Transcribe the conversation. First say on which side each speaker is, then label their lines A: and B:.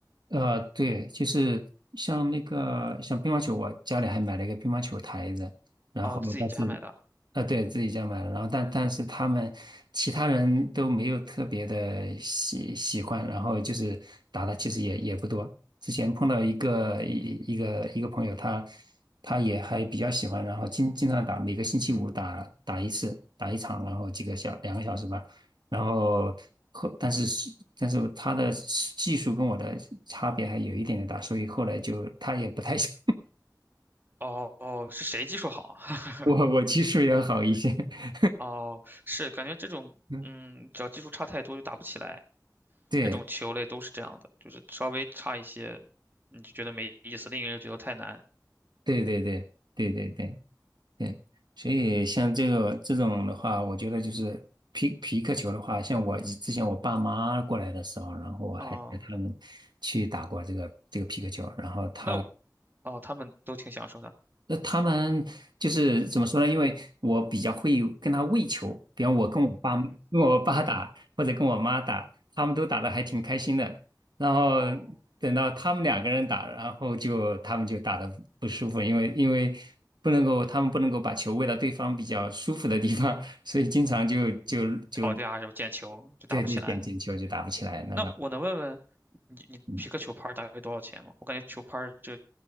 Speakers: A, on the right (about 80°); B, on the right (about 30°).
A: 呃，对，就是像那个像乒乓球，我家里还买了一个乒乓球台子，然后但是，
B: 哦，自己家买的。
A: 呃，对，自己家买了，然后但但是他们其他人都没有特别的喜喜欢，然后就是打的其实也也不多。之前碰到一个一一个一个朋友，他他也还比较喜欢，然后经经常打，每个星期五打打一次，打一场，然后几个小两个小时吧。然后后，但是是，但是他的技术跟我的差别还有一点点大，所以后来就他也不太想
B: 哦哦，是谁技术好啊？
A: <laughs> 我，我技术要好一些。<laughs>
B: <laughs> 哦，是感觉这种嗯，
A: 嗯，
B: 只要技术差太多就打不起来。
A: 对，
B: 这种球类都是这样的，就是稍微差一些，你就觉得没意思，另一个人觉得太难。
A: 对对对对对对对，所以像这个这种的话，我觉得就是皮皮克球的话，像我之前我爸妈过来的时候，然后我还带他们去打过这个这个皮克球，
B: 哦，
A: 然后他
B: 那我哦，他们都挺享受的。
A: 那他们就是怎么说呢？因为我比较会跟他喂球，比方我跟我爸、跟我爸打，或者跟我妈打，他们都打得还挺开心的。然后
B: 哦，
A: 等到他们两个人打，然后就他们就打得不舒服，因为因为不能够，他们不能够把球喂到对方比较舒服的地方，<laughs> 所以经常就就就
B: 吵架什么毽球就打不起来。
A: 对对点进球就打不起来那种。
B: 那我能问问你，你皮克球拍儿大概多少钱吗？
A: 嗯
B: 我感觉球拍就